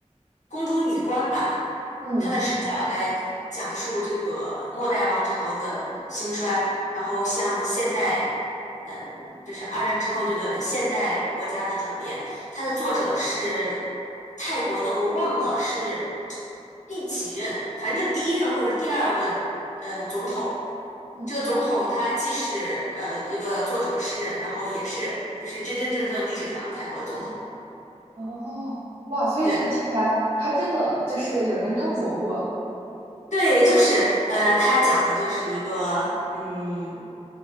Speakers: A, on the left; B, on the right.
A: 宫中女官吧，
B: 嗯
A: 她的视角来讲述这个末代王朝的兴衰，然后向现代，嗯，就是二战之后这个现代国家的转变。它的作者是泰国的，我忘了是第几任，反正就是第一任或者是第二任呃总统。
B: 嗯，
A: 这个总统他既是呃一个作者诗人，然后也是就是真真正正历史上泰国的总统。
B: 哦，哇，所以这个题材还真的就是有人探索过了。
A: 对对，就是呃，他讲的就是一个嗯